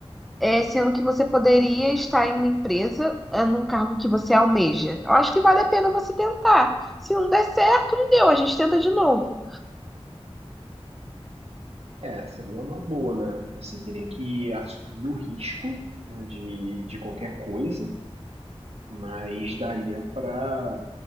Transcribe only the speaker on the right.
É, seria uma boa, né? Assim, teria que assumir o risco, né, de, de qualquer coisa, mas daria para